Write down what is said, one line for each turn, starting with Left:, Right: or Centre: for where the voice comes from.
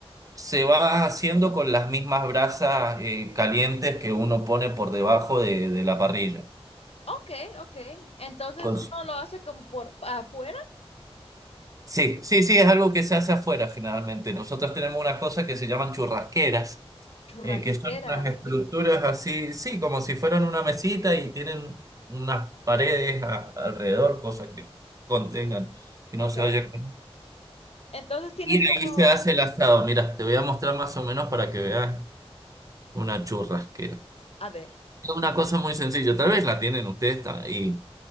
Right: se va haciendo con las mismas brasas eh, calientes que uno pone por debajo de, de la parrilla.
Left: Ok, ok. Entonces
Right: Con
Left: uno
Right: su-
Left: lo hace como por afuera,
Right: Sí, sí, sí, es algo que se hace afuera generalmente. Nosotros tenemos una cosa que se llaman churrasqueras,
Left: churrasqueras.
Right: eh, que son unas estructuras
Left: fí-
Right: así, sí, como si fueran una mesita y tienen unas paredes a- alrededor, cosas que contengan, que no
Left: Ok.
Right: se oye.
Left: Entonces tienes
Right: Y
Left: como,
Right: ahí se hace el asado. Mira, te voy a mostrar más o menos para que veas una churrasquera.
Left: a ver,
Right: es Una cosa muy sencilla, tal vez la tienen ustedes ta- y,